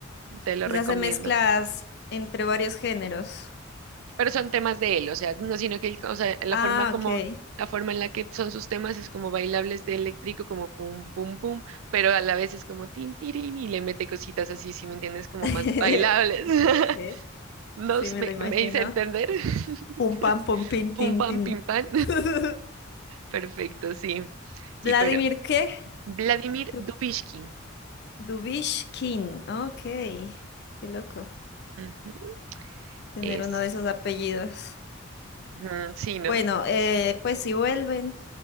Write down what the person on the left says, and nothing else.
O
sea, se mezclas entre varios géneros.
Ah,
ok.
<laughs>
Ok,
sí.
Sí,
me
lo imagino.
Pum pam pum pin
tin
tin.
<laughs>
Vladimir
¿qué?
Du-
Dubishkin. Ok, qué loco
tener
uno de esos apellidos.
Bueno, eh, pues si vuelven